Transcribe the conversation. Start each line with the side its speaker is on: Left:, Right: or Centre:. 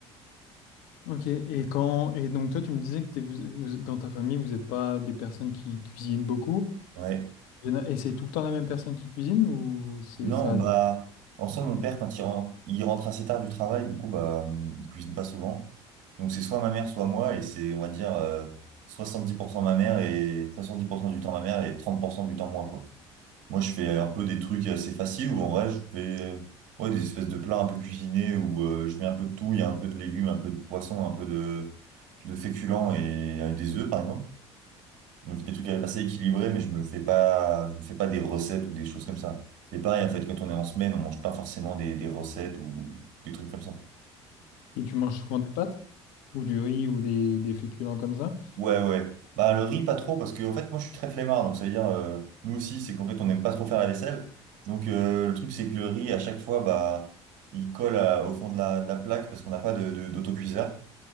Left: Ok, et quand et donc toi tu me disais que t'es- vous- vous- dans ta famille vous n'êtes pas des personnes qui cuisinent beaucoup,
Right: Ouais.
Left: Il y en a- et c'est tout le temps la même personne qui cuisine ou c'est
Right: Non,
Left: ça
Right: bah,
Left: alterne
Right: en soi, mon père, quand il rentre, il rentre assez tard du travail, du coup, bah, hum, il cuisine pas souvent. Donc, c'est soit ma mère, soit moi, et c'est, on va dire, euh, 70% ma mère et 70% du temps ma mère et 30% du temps moi, quoi. Moi, je fais un peu des trucs assez faciles où en vrai, je fais ouais, des espèces de plats un peu cuisinés où euh, je mets un peu de tout, il y a un peu de légumes, un peu de poisson, un peu de, de féculents et euh, des œufs, par exemple. Donc, des trucs assez équilibrés, mais je me fais pas, je me fais pas des recettes ou des choses comme ça. Et pareil, en fait, quand on est en semaine, on mange pas forcément des, des recettes ou des trucs comme ça.
Left: Et tu manges souvent des pâtes ou du riz ou des, des féculents comme ça?
Right: Ouais, ouais. Bah, le riz, pas trop, parce que, en fait, moi, je suis très flemmard. Donc, ça veut dire, euh, nous aussi, c'est qu'en fait, on n'aime pas trop faire la vaisselle. Donc, euh, le truc, c'est que le riz, à chaque fois, bah, il colle à- au fond de la, de la plaque parce qu'on n'a pas de, de- d'autocuiseur.